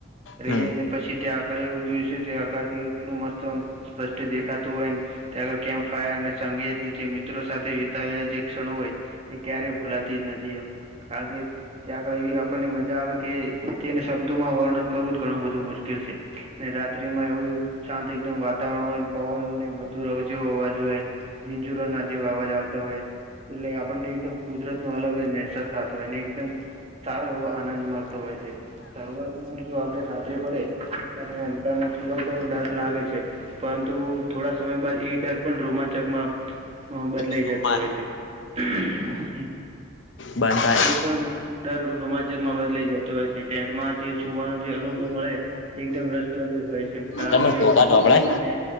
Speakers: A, on the right (about 30°); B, on the left (about 65°).
A: રઈએે
B: હમ્મ.
A: ને પછી ત્યાં આપડે ઉજવીશું તે અગાથી એટલું મસ્ત આમ સ્પષ્ટ દેખાતું હોયન. ત્યારો કેમ ફાયરને, સંગીતની જે મિત્રો સાથે વિતાય જે ક્ષણો હોય એ ક્યારેય ભૂલાતી જ નથી એમ, કારણ કે પહી આપડને મજા આવે કે તેને શબ્દોમાં વર્ણન કરવું જ ઘણું બધું મુશ્કેલ છે. ને રાત્રિમાં એવું શાંત એકદમ વાતાવરણ હોય ન પવન ને બધું રવ જેવો અવાજ હોયન, ઝીઝુરાના જેવા અવાજ આવતા હોય એટલે આપડને એકદમ કુદરતનો અલગ જ નેસાસ થાતો હોય ન એકદમ સારો એવો આનંદ મળતો હોય છે. શરૂઆતમાં જો આપડે રાત્રિ પડે ત્યારે અંતરમાં થોડોક ડર લાગે છે પરંતુ થોડા સમય બાદ એ ડર પણ રોમાંચકમાં અ બદલઈ
B: સોમવારે
A: જતો હોય છે. હમ્મ,
B: બંધાય.
A: એ પણ ડર રોમાંચકમાં બદલઈ જતો હોય છે. ટેન્ટમાં જે સુવાનો જે અનુભવ મળે એકદમ રસપ્રદ જ હોય છે, કારણ
B: તમે
A: કે
B: ઘોઘા ઢોબળે
A: અને